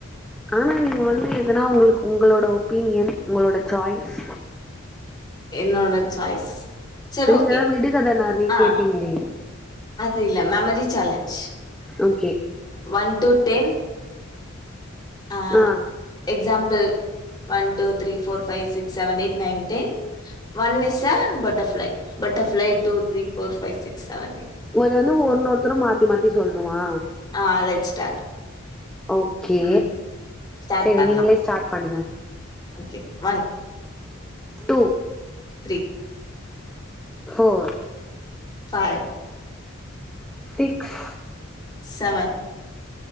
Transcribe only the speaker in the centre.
ஆனா நீங்க வந்து எதனா உங்குளுக் உங்களோட ஒப்பீனியன் உங்களோட சாய்ஸ்
நீங்கதா
விடுகத நெறைய
கேப்பீங்ளே
ஓகே
ஆ
ஒத வந்து ஒன்னொருத்தரும் மாத்தி மாத்தி சொல்ணுமா
ஓகே
செரி
நீங்களே ஸ்டார்ட் பண்ணுங்க
two
four
six